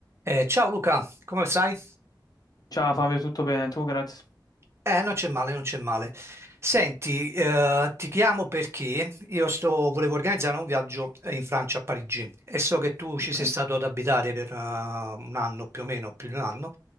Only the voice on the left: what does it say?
Ciao Fabio, tutto bene? Tu, grazie.
Ok,